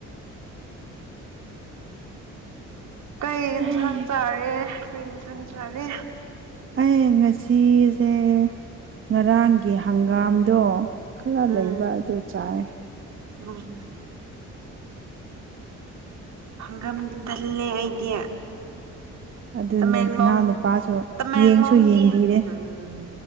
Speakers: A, on the right; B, on the right.
A: ꯀꯩ ꯏꯟꯁꯥꯡ
B: ꯍꯩ
A: ꯆꯥꯔꯦ ꯀꯔꯤ ꯏꯟꯁꯥꯡ ꯆꯥꯔꯦ
B: ꯑꯩ ꯉꯁꯤꯁꯦ ꯉꯔꯥꯡꯒꯤ ꯍꯪꯒꯥꯝꯗꯣ ꯈꯔ
A: ꯎꯝ
B: ꯂꯩꯕ ꯑꯗꯨ ꯆꯥꯏ
A: ꯎꯝ ꯍꯪꯒꯥꯝꯗꯤ ꯊꯜꯂꯦ ꯑꯩꯗꯤ
B: ꯑꯗꯨꯅꯦ
A: ꯇꯃꯦꯡꯂꯣꯡ
B: ꯏꯅꯥꯎꯅꯨꯄꯥꯁꯨ
A: ꯇꯃꯦꯡꯂꯣꯡꯒꯤ
B: ꯌꯦꯡꯁꯨ ꯌꯦꯡꯕꯤꯔꯦ
A: ꯎꯝ